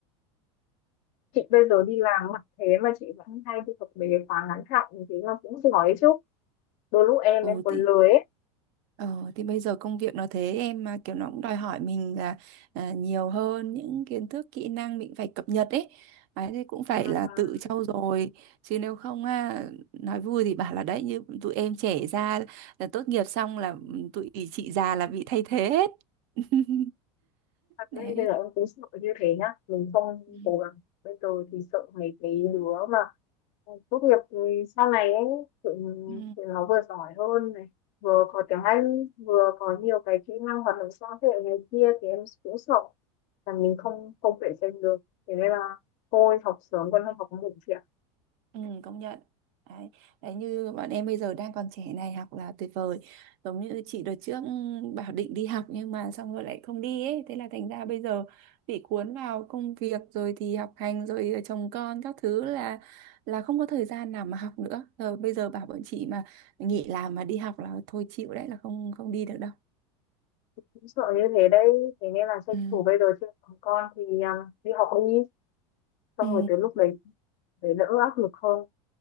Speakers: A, on the left; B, on the right.
A: chị bây giờ đi làm mặc thế mà chị vẫn hay đi học về khóa ngắn hạn thế là cũng giỏi chứ đôi lúc em
B: ừ
A: em còn
B: thì
A: lười ấy
B: ờ, thì bây giờ công việc nó thế em mà kiểu nó cũng đòi hỏi mình là à, nhiều hơn những kiến thức kỹ năng mình phải cập nhật ấy Đấy, thì cũng phải
A: Mà
B: là tự trau dồi chứ nếu không à, nói vui thì bảo là đấy như tụi em trẻ ra là tốt nghiệp xong là ừ, tụi chị già là bị thay thế hết <laughs>
A: thật đấy
B: đấy
A: bây giờ em cũng sợ như thế nhá mình không
B: ừ.
A: cố gắng bây giờ thì sợ mấy cái đứa mà Ừ, tốt nghiệp thì sau này ấy tự,
B: Ừ.
A: tự nó vừa giỏi hơn này vừa có tiếng Anh vừa có nhiều cái kỹ năng hoạt động xã hội này kia thì em cũng sợ là mình không không cạnh tranh được thế nên là thôi học sớm còn hơn học muộn chị ạ
B: Ừ. công nhận đấy. đấy như bọn em bây giờ đang còn trẻ này học là tuyệt vời giống như chị đợt trước ừ, bảo định đi học nhưng mà xong rồi lại không đi ấy thế là thành ra bây giờ bị cuốn vào công việc rồi thì học hành rồi chồng con các thứ là là không có thời gian nào mà học nữa rồi bây giờ bảo bọn chị mà nghỉ làm mà đi học là thôi chịu đấy là không không đi được đâu
A: cũng sợ như thế đấy thế nên là tranh
B: ừ.
A: thủ bây giờ chưa còn con thì um, đi học đi xong
B: Ừ.
A: rồi tới lúc đấy để đỡ áp lực hơn